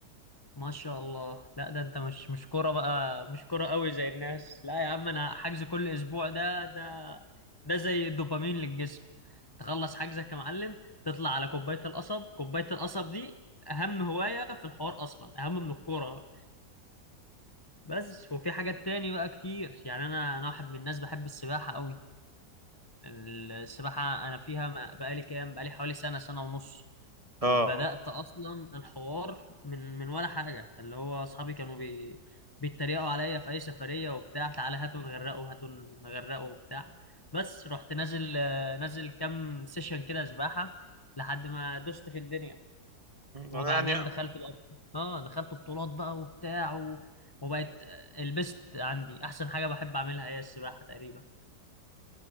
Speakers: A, on the left; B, on the right.
A: ما شاء الله لا ده انت مش مش كورة بقى مش كورة قوي زي الناس لا يا عم انا حجز كل اسبوع ده ده ده زي الدوبامين للجسم تخلص حجزك يا معلم تطلع على كوباية القصب كوباية القصب دي اهم هواية في الحوار اصلا اهم من الكورة بس وفي حاجات تاني بقى كتير يعني انا انا واحد من الناس بحب السباحة قوي السباحة أنا فيها ما- بقالي كام بقالي حوالي سنة سنة ونص
B: اه
A: وبدأت أصلا الحوار من من ولا حاجة اللي هو أصحابي كانوا بي... بيتريقوا عليا في أي سفرية وبتاع تعالى هاتوا نغرقوا هاتوا نغرقوا وبتاع بس رحت نازل آه، نازل كام سيشن كده سباحة لحد ما دوست في الدنيا
B: أنا
A: وبعدين
B: يعني
A: دخلت بقى اه دخلت بطولات بقى وبتاع و... وبقت آه، البست عندي أحسن حاجة بحب أعملها هي السباحة تقريبا